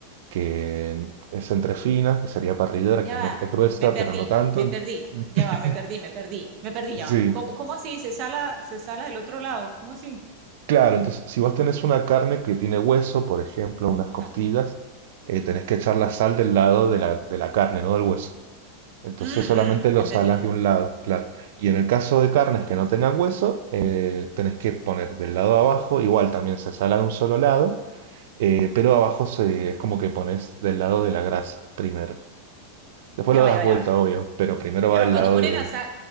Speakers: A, on the right (about 65°); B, on the right (about 40°).
A: que es entre fina, que sería parrillera,
B: Ya
A: que no
B: va,
A: es gruesa,
B: me perdí,
A: pero no tanto.
B: me perdí,
A: <laughs>
B: ya va, me perdí, me perdí, me perdí, ya va.
A: Sí,
B: ¿Cómo, cómo así? ¿Se sala, se sala del otro lado? ¿Cómo así?
A: claro, entonces si vos tenés una carne que tiene hueso, por ejemplo, unas
B: Ajá.
A: costillas, eh, tenés que echar la sal del lado de la, de la carne, no del hueso. Entonces
B: Mm,
A: solamente
B: mm,
A: los
B: ya entendí.
A: alas de un lado, claro. Y en el caso de carnes que no tengan hueso, eh, tenés que poner del lado de abajo, igual también se sala de un solo lado, eh, pero abajo se- es como que pones del lado de la grasa primero. Después
B: Ya
A: lo
B: va,
A: das
B: ya va,
A: vuelta,
B: ya va.
A: obvio, pero primero
B: Ya
A: va del
B: va. Cuando
A: lado
B: ponen
A: de...
B: a asar,